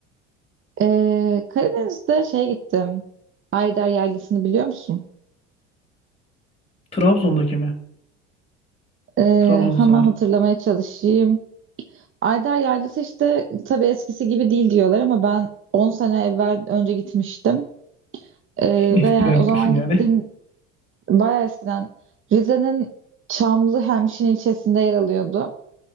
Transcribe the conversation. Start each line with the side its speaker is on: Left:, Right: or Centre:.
Right: Ee, Karadeniz'de şey gittim. Ayder Yaylası'nı biliyor musun?
Left: Trabzon'daki mi?
Right: Ee,
Left: Trabzon'da
Right: hemen
Left: sanırım.
Right: hatırlamaya çalışayım. Ayder Yaylası işte tabii eskisi gibi değil diyorlar ama ben 10 sene evvel önce gitmiştim. Ee,
Left: <laughs>
Right: ve
Left: Eskiden
Right: yani o
Left: gitmişsin
Right: zaman
Left: yani.
Right: gittiğim bayağı eskiden Rize'nin Çamlı Hemşin ilçesinde yer alıyordu.